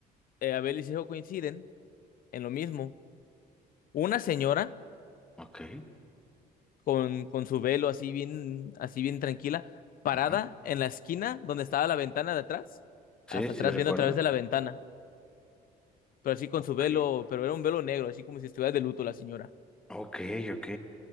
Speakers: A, on the left; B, in the centre.
A: eh, Abel y Sejo coinciden en lo mismo. Una señora
B: Ok,
A: con, con su velo así bien, así bien tranquila, parada
B: ajá.
A: en la esquina donde estaba la ventana de atrás, hasta
B: Sí, sí
A: atrás
B: recuerdo.
A: viendo a través de la ventana, pero así con
B: Ok,
A: su velo, pero era un velo negro, así como si estuviera de luto la señora.
B: ok, ok.